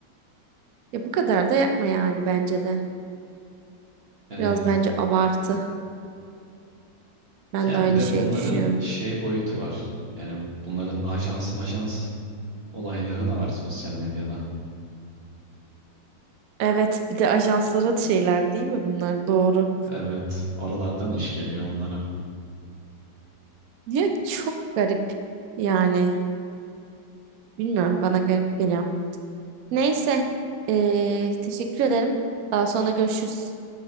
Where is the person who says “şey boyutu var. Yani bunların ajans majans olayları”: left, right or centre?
Right